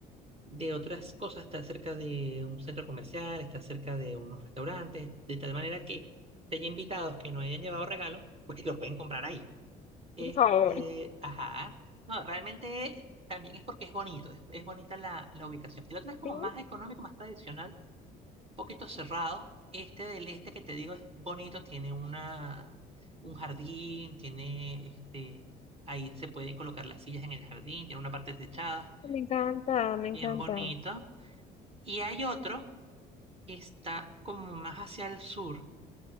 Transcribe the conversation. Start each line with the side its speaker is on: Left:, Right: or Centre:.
Right: de otras cosas, está cerca de un centro comercial, está cerca de unos restaurantes, de tal manera que te haya invitados que no hayan llevado regalos, pues lo pueden comprar ahí. Este,
Left: por favor.
Right: ajá. No, realmente también es porque es bonito, es, es bonita la, la ubicación. El otro es como
Left: Sí,
Right: más económico, más tradicional poquito cerrado. Este del este que te digo es bonito, tiene una, un jardín, tiene este, ahí se pueden colocar las sillas en el jardín, tiene una parte techada,
Left: me encanta, me
Right: bien
Left: encanta.
Right: bonito. Y hay otro que está como más hacia el sur.